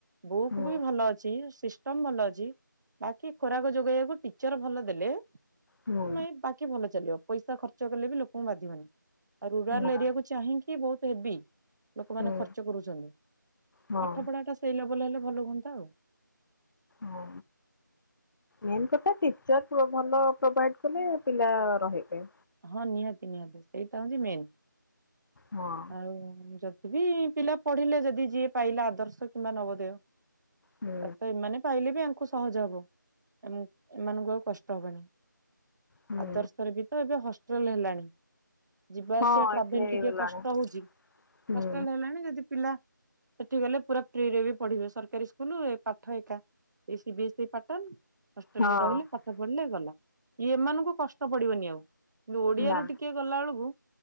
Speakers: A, on the right; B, on the left.
A: ବୁକୁ
B: ହୁଁ
A: ବି ଭଲ ଅଛି ସିସ ଟମ୍ ଭଲ ଅଛି ବାକି ଖୋରାକ ଯୋଗେଇବାକୁ ଟିଚର ଭଲ ଦେଲେ।
B: ହୁଁ
A: ନାଇ ବାକି ଭଲ ଚାଲିବ ପଇସା ଖର୍ଚ୍ଚ କଲେ ବି ଲୋକଙ୍କୁ ବାଧିବନି। ଆଉ ରୁରାଲ
B: ନା
A: ଏରିଆ କୁ ଚାହିଁକି ବହୁତ ହେବି। ଲୋକମାନେ
B: ହୁଁ
A: ଖର୍ଚ୍ଚ କରୁଛନ୍ତି
B: ହଁ
A: ପାଠ ପଢା ଟା ସେଇ ଲେବୁଲ ହେଲେ ଭଲ ହୁଅନ୍ତା ଆଉ।
B: ହ ମେନ୍ କଥା ଟିଚର ଭଲ ପ୍ରୋଭାଇଡ୍ କଲେ ପିଲା ରହିବେ।
A: ହଁ ନିହାତି ନିହାତି ସେଇଟା ହଉଛି ମେନ୍।
B: ହଁ।
A: ଆଉ ଯଦି ବିି ପିଲା ପଢିଲେ ଯଦି ଯିଏ ପାଇଲା ଆଦର୍ଶ କିମ୍ବା ନବଦୟ।
B: ହୁଁ
A: ତ ଏମାନେ ପାଇଲେ ବି ଆଙ୍କ କୁ ସହଜ ହବ ଏମାନଙ୍କୁ ଆଉ କଷ୍ଟ ହବନି
B: ହୁଁ
A: ଆଦର୍ଶରେ ବି ତ ହଷ୍ଟେଲ ହେଲାଣି। ଯିବା
B: ହଁ
A: ଆସିବା ଟ୍ରାଭେଲ
B: ଏଠି ହେଇଗଲାଣି
A: ଟିକେ କଷ୍ଟ ହଉଛି
B: ହୁଁ
A: ହଷ୍ଟେଲ ହେଲାଣି ଯଦି ପିଲା ସେଠିକି ଗଲେ ପୁରା ଫ୍ରୀରେ ବି ପଢିବେ ସରକାରୀ ସ୍କୁଲ ପାଠ ଏକା। ଏଇ ସିବିଏସଇ ପାର୍ଟନ। ହଷ୍ଟେଲ
B: ହଁ
A: ରେ ରହିଲେ ପାଠ ପଢିଲେ ଗଲା ଇଏ ଏମାନଙ୍କୁ କଷ୍ଟ ପଡିବନି ଆଉ। କିନ୍ତୁ ଓଡିଆ
B: ନା
A: ରୁ ଟିକେ ଗଲା ବେଳକୁ